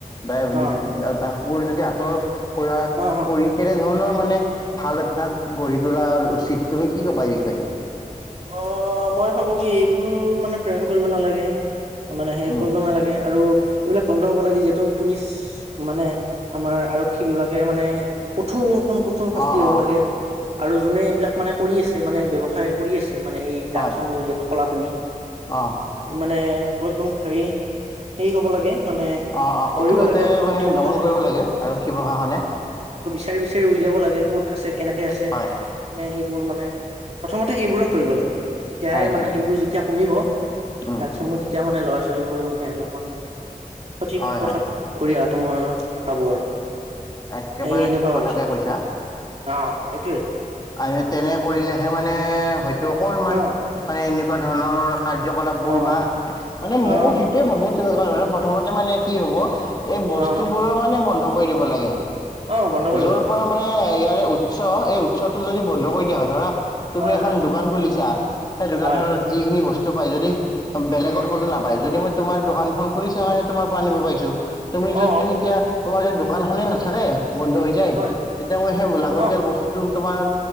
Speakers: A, on the left; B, on the right.
A: বাই
B: অ
A: - বাঘবোৰ যদি আঁতৰ কৰা
B: অ অ
A: কৰি কেনেধৰণৰ মানে ভাল অভ্যাস গঢ়ি তোলা উচিত তুমি কি ক'বা এই বিষয়ে?
B: অ মই ভাবো কি এইবোৰ মানে প্ৰেৰণ কৰিব নালাগে। মানে হেৰি
A: উম
B: কৰিব নালাগে আৰু এইবিলাক বন্ধ হব লাগে। যিহেতু পুলিচ মানে আমাৰ আৰক্ষী বিভাগে মানে কঠোৰ- কণ কঠোৰ শাস্তি
A: অঁ
B: হ'ব
A: অঁ
B: লাগে। আৰু যোনে এইবিলাক মানে কৰি আছে, মানে ব্যৱসায় কৰি আছে মানে এই
A: হয়
B: দাগ সমূহ যিহেতু কলা তুমি
A: অঁ
B: এই মানে একদম হেৰি, সেই হ'ব লাগে মানে
A: অ', অ',
B: ধৰিব
A: কঠোৰ হাতে
B: লাগে
A: মানে
B: অতি সোনকালে
A: দমন কৰিব লাগে। আৰক্ষী প্ৰশাসনে।
B: বিচাৰি-বিচাৰি উলিয়াব লাগে। কত আছে, কেনেকে আছে,
A: হয়
B: মানে সেইবোৰ মানে প্ৰথমত সেইবোৰক ধৰিব লাগে। তেতিয়াহে
A: হয় হয়
B: মানে সেইবোৰ যেতিয়া কমিব,
A: উম
B: ড্ৰাগছসমূহ তেতিয়া মানে ল'ৰা-ছো ছোৱালীবোৰ মানে অলপমান সঠিক
A: হয়
B: পথত
A: হয়
B: ঘূৰি আহ সিটো মই, ভাবো আৰু
A: একেবাৰে
B: এ এনেকুৱা
A: ঠিক কথাকে
B: ভাবিছো মই,
A: কৈছা
B: অ', এইটোৱে।
A: আৰু তেনে কৰিলেহে মানে হ‌ইত তো অকণমান,
B: অ
A: মানে এনেকু তেনেকুৱা ধৰণৰ কাৰ্যকলাপ বোৰ
B: অ
A: বাহ্, মানে
B: অ
A: মই সেইটোৱে ভাবো, তেনেকুৱা ধৰণে প্ৰথমতে মানে কি হ'ব এই বস্তু
B: অ অ
A: বোৰৰ মানে বন কৰি দিব লাগে।
B: অ বন্ধ কৰিব
A: যৰ
B: লাগে
A: পৰা মানে ইয়াৰ এ উৎস, এই উৎ উৎসটো যদি বন্ধ কৰি দিয়া হয়। ধৰা তুমি
B: হয়
A: এখন
B: হয়
A: দোকান খুলিছা, সেই দোকানখনত
B: হয়
A: যিখিনি বস্ত সিটো পাই যদি অ, বেলেগত
B: উম
A: ক'তো
B: উম
A: নাপায়, যদি মই তোমাৰ দোকানখন খুলিছা কাৰণে তোমাৰ পৰা আনিব পাৰিছো। তুমি যদি
B: অ
A: এতিয়া তোমাৰ যদি দোকানখনেই নাথাকে বন্ধ হৈ যায়,
B: হয়
A: তেতিয়া মই সেই লাগতিয়াল
B: অ
A: বস্তুটো তোমাৰ,